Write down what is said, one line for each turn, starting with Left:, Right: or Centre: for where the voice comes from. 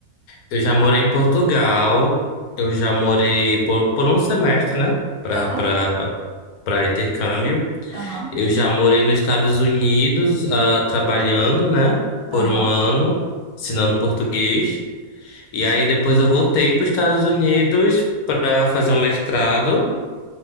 Left: Eu já morei em Portugal, eu já morei por, por um semestre, né? Pra,
Right: Aham,
Left: pra, pra intercâmbio.
Right: aham,
Left: Eu já morei nos Estados Unidos, ah, trabalhando, né? Por
Right: aham.
Left: um ano, ensinando português. E aí depois eu voltei para os Estados Unidos para fazer um mestrado,